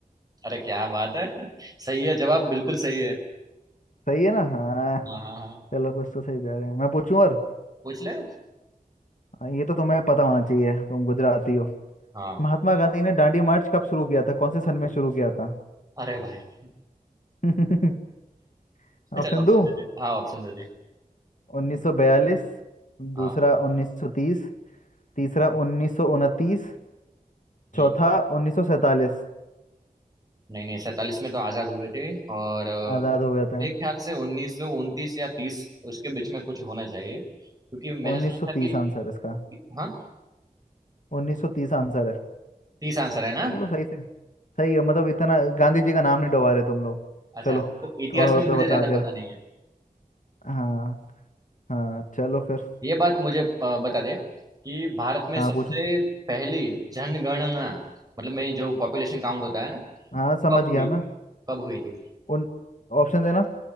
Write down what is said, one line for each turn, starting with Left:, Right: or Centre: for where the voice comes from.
Right: अरे क्या बात है <laughs> सही है जवाब बिल्कुल सही है
Left: सही है ना हाँ
Right: हाँ हाँ हाँ
Left: चलो कुछ तो सही जा रहे हैं मैं पूछूं और
Right: पूछ ले
Left: हाँ, ये तो तुम्हें पता होना चाहिए तुम गुजराती हो
Right: हाँ
Left: महात्मा गांधी ने दांडी मार्च कब शुरू किया था कौन से सन में शुरू किया था
Right: अरे भाई
Left: <laughs>
Right: <laughs>
Left: ऑप्शन
Right: चल ऑप्शन
Left: दूं
Right: दे दे हाँ ऑप्शन दे दे
Left: 1942
Right: हाँ
Left: दूसरा 1930 तीसरा 1929
Right: हम्म।
Left: चौथा 1947
Right: नहीं नहीं सैतालीस में तो आजाद हुए थे और अ,
Left: आजाद हो गया था
Right: मेरे ख्याल से उन्नीस सौ उनतीस या तीस उसके बीच में कुछ होना चाहिए क्योंकि मैंने
Left: 1930
Right: सुना था कि
Left: आंसर इसका
Right: हाँ
Left: 1930 आंसर है
Right: तीस आंसर है ना
Left: चलो सही से सही है मतलब इतना गांधी जी का नाम नहीं डुबा रहे तुम लोग
Right: अच्छा
Left: चलो
Right: तो इतिहास
Left: थोड़ा बहुत
Right: में
Left: तो
Right: मुझे
Left: बता
Right: ज्यादा
Left: दे
Right: पता
Left: रहे-
Right: नहीं है
Left: हाँ हाँ चलो फिर
Right: ये बात मुझे अ, बता दे कि भारत में
Left: हाँ
Right: सबसे
Left: पूछो
Right: पहली जनगणना मतलब में जो पॉपुलेशन काउंट होता है ना
Left: हाँ
Right: तो
Left: समझ
Right: कब हुई
Left: गया मैं
Right: कब हुई थी
Left: उन ऑप्शन देना